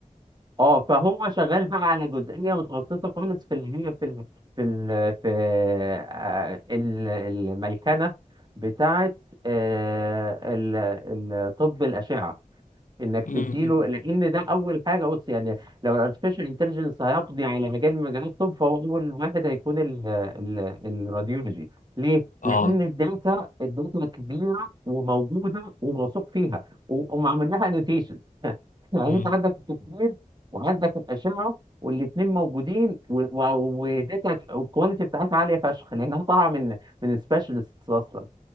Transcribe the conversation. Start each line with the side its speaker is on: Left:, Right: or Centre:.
Right: اه فهو شغال بقى على جزئيه متخصصه خالص في اللي هي في ال في ال في آه، ال- الميكنه بتاعه آه، ال- ال- طب الاشعه انك
Left: م-
Right: تديله
Left: م.
Right: لان ده اول حاجه بص يعني لو الارتفيشال انتليجنس هيقضي على مجال من مجالات الطب فهو اول واحد هيكون ال ال الراديولوجي ليه؟
Left: اه
Right: لان الداتا الداتا كبيره وموجوده وموثوق فيها وهم عملناها انوتيشن <laughs> يعني
Left: م.
Right: انت عندك التصوير وعندك الاشعه والاثنين موجودين وداتا الكواليتي بتاعتها عاليه فشخ لانها طالعه من من سبيشالست اصلا